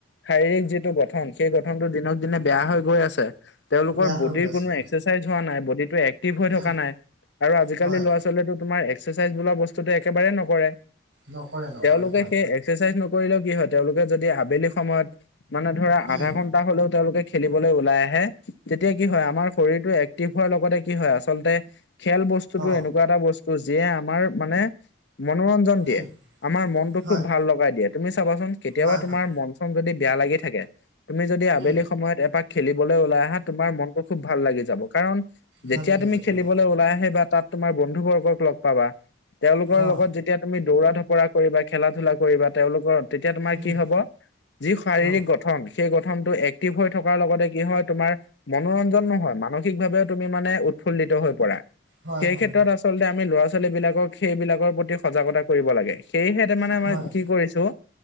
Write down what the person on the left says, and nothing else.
শাৰীৰিক যিটো গঠন সেই গঠনটো দিনক দিনে বেয়া হৈ গৈছে তেওঁলোকৰ
বডীৰ
কোনো এক্স <unintelligible> নাই, বডিটো এক্টিভ হৈ থকা
নাই। আৰু আজিকালি
ল'ৰা-ছোৱালীয়ে তোমাৰ এক্সাৰচাইজ বোলা বস্তুটো একেবাৰেই নকৰে।
তেওঁলোকে
সেই এক্সাৰচাইজ নকৰিলেও কি হয় তেওঁলোকে যদি আবেলি সময়ত মানে ধৰা
আধা ঘন্টা হ'লেও তেওঁলোকে খেলিবলৈ ওলাই আহে তেতিয়া কি হয় আমাৰ শৰীৰটো এক্টিভ হোৱাৰ লগতে কি হয়, আচলতে খেল বস্তুটো
এনেকুৱা এটা বস্তু যিয়ে আমাৰ মানে মনোৰঞ্জন
দিয়ে, আমাৰ মনটো
খুব ভাল লগাই দিয়ে তুমি চাবাচোন কেতিয়াবা
তোমাৰ
মন-চন যদি বেয়া লাগি থাকে তুমি যদি আবেলি
সময়ত এপাক খেলিবলৈ ওলাই আহা তোমাৰ মনটো খুব ভাল লাগি যাব কাৰণ
যেতিয়া
তুমি
খেলিবলৈ
ওলাই আহিবা তাত তোমাৰ বন্ধু বৰ্গক লগ পাবা তেওঁলোকৰ
লগত যেতিয়া তুমি দৌৰা-ধপৰা কৰিবা, খেলা-ধূলা কৰিবা, তেওঁলোকৰ তেতিয়া তোমাৰ
কি হ'ব যি শাৰীৰিক
গঠন সেই গঠনটো এক্টিভ হৈ থকাৰ লগতে কি হয়, তোমাৰ মনোৰঞ্জনো হয়। মানসিকভাৱেও তুমি মানে উৎফুল্লিত হৈ পৰা।
সেই
ক্ষেত্ৰত
আচলতে আমি ল'ৰা-ছোৱালীবিলাকক সেইবিলাকৰ প্ৰতি সজাগতা কৰিব লাগে। সেয়েহে তাৰমানে
মই কি কৰিছো